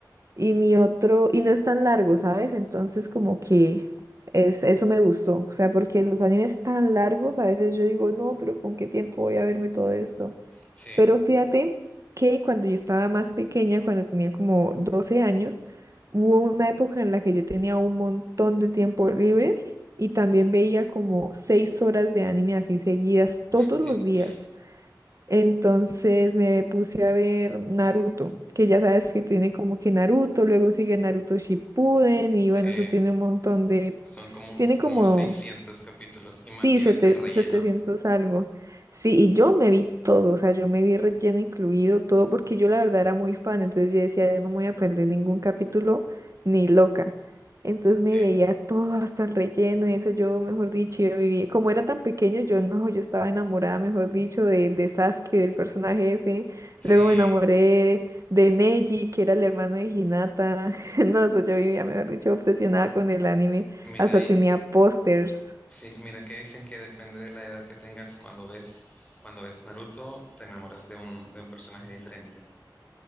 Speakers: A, on the right; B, on the left.
A: Y mi otro, y no es tan largo, ¿sabes? Entonces como que es, eso me gustó. O sea, porque los animes tan largos, a veces yo digo, no, pero ¿con qué tiempo voy a verme todo esto?
B: sí,
A: Pero fíjate que cuando yo estaba más pequeña, cuando tenía como 12 años, hubo una época en la que yo tenía un montón de tiempo libre y también veía como seis horas de anime así seguidas todos
B: <laughs>
A: los días. Entonces me puse a ver Naruto, que ya sabes que tiene como que Naruto, luego sigue Naruto Shippuden y
B: sí.
A: bueno, eso tiene un montón de,
B: Son como,
A: tiene
B: como
A: como
B: 600 capítulos y más
A: Sí,
B: si ves
A: sete-
B: el relleno.
A: 700 algo. Sí, y yo me vi todo, o sea, yo me vi relleno incluido, todo, porque yo la verdad era muy fan, entonces yo decía, yo no me voy a perder ningún capítulo, ni loca. Entonces
B: Sí,
A: me veía todo hasta el relleno, y eso yo, mejor dicho, yo vivía, como era tan pequeño, yo no, yo estaba enamorada, mejor dicho, de, de Sasuke, del personaje ese.
B: sí.
A: Luego me enamoré de Neji, que era el hermano de Hinata. <laughs> No, eso yo vivía, mejor dicho, obsesionada con el anime,
B: Mira,
A: hasta
B: y
A: tenía pósters.
B: Sí, mira que dicen que depende de la edad que tengas cuando ves, cuando ves Naruto, te enamoras de un, de un personaje diferente.